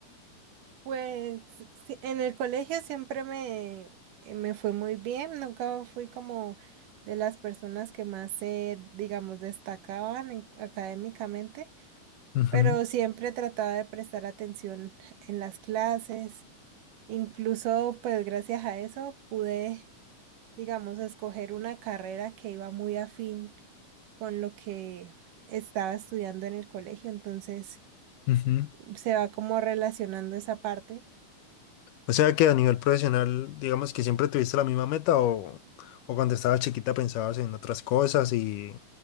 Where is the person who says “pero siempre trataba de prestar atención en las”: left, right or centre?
Right